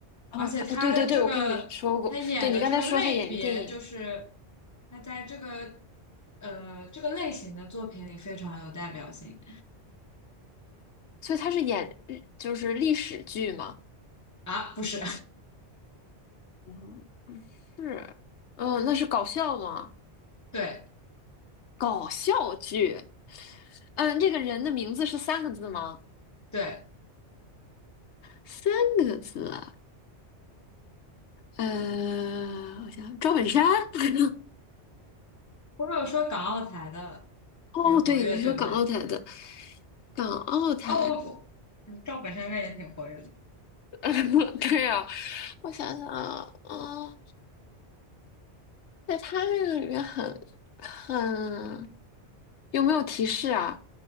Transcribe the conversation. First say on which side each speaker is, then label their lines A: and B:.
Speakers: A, on the left (about 80°); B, on the left (about 15°).
A: 哦，
B: 而且他的这个他演的这个类别，
A: 他，哦，对对对，我跟你说过，对你刚才说他演电影，
B: 就是他在这个呃这个类型的作品里非常有代表性
A: 所以他是演日就是历史剧吗？
B: 啊，不是，
A: 嗯，是，嗯，那是搞笑吗？
B: <laughs> 对
A: 搞笑剧。嗯，这个人的名字是三个字吗？
B: 对，
A: 三个字啊，呃，我想想，赵本山。<laughs>
B: 或者说港澳台的也活跃，
A: 哦，对，你说港澳台的
B: 对不对？
A: 港澳台，
B: 哦，我我嗯赵本山应该也挺活跃的，
A: <laughs> 对呀、我想想啊，嗯，在他这个里面很很有没有提示啊？